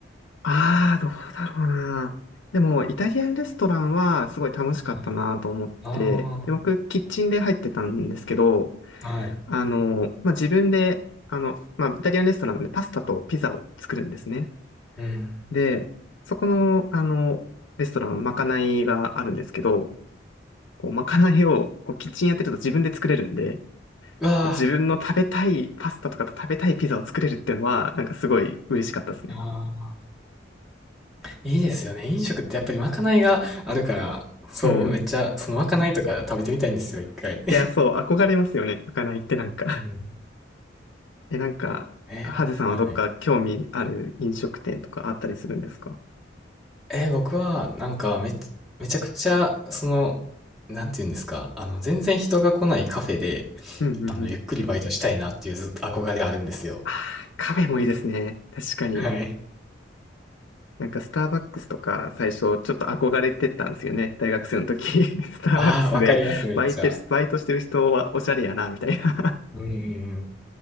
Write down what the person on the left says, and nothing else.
ああ、どうだろうな。でも、イタリアンレストランはすごい楽しかったなと思って、
で、僕、キッチンで入ってたんですけど、
あの、まあ、自分で、あの、まあ、イタリアンレストランでパスタとピザを作るんですね。
で、そこの、あの、レストラン、まかないがあるんですけど、こう、まかないを、こう、キッチンやってると自分で作れるんで、
自分の食べたいパスタとか食べたいピザを作れるっていうのは、なんかすごい嬉しかったですね。
うん。
いや、そう、憧れますよね。まかないってなんか <laughs>
え、なんか、
ハゼさんはどっか興味ある飲食店とかあったりするんですか
うんうんうん。
ああカフェもいいですね。確かに。
なんかスターバックスとか最初ちょっと憧れてたんですよね。大学生の時。<laughs> スターバックスでバイト、
バイトしてる人はおしゃれやな、みたいな